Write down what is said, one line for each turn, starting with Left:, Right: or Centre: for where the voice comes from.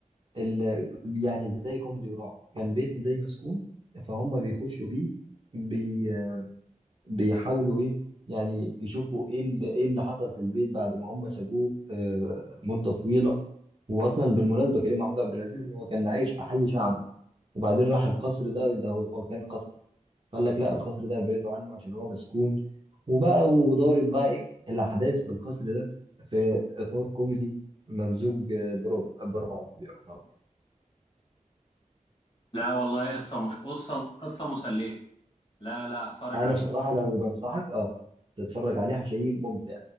Right: ال... يعني زي كوميدي ورعب كان بيت زي مسكون فهم بيخشوا فيه بي... بيحاولوا إيه يعني يشوفوا إيه اللي... إيه اللي حصل في البيت بعد ما هم سابوه آه، مدة طويلة وأصلا بالمناسبة كريم محمود عبد العزيز هو كان عايش في حي شعبي وبعدين راح القصر ده ده هو كان قصر قال لك لا القصر ده ابعدوا عنه عشان هو مسكون وبقى ودارت بقى ايه الاحداث في القصر ده في اطار كوميدي ممزوج برعب برعب يعتبر
Left: لا والله قصة مش قصة قصة مسلية لا لا هتفرج
Right: انا
Left: عليه
Right: بصراحه لو بنصحك اه تتفرج عليه هتلاقيه ممتع